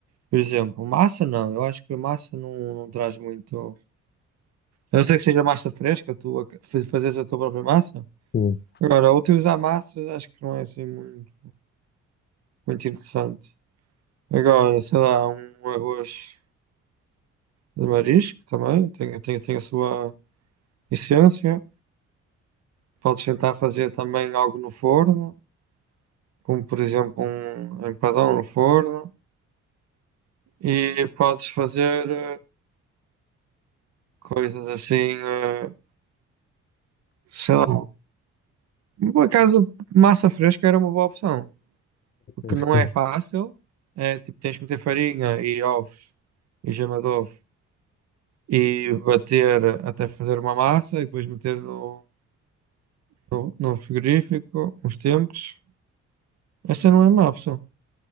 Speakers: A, on the right; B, on the left.
A: Por exemplo, massa não, eu acho que a massa não, não traz muito. A não ser que seja massa fresca, tu a- fa- fazes a tua própria massa.
B: Sim,
A: Agora, utilizar massa acho que não é assim muito, muito interessante. Agora, sei lá, um arroz de marisco também tem, tem, tem a sua essência. Podes tentar fazer também algo no forno, como por exemplo um empadão no forno, e podes fazer eh, coisas assim, eh, sei lá. Por acaso, massa fresca era uma boa opção. O que
B: acho
A: não
B: que-
A: é fácil é tipo, tens que meter farinha e ovos e gema de ovo e bater até fazer uma massa e depois meter no, no, no frigorífico uns tempos. Essa não é má opção.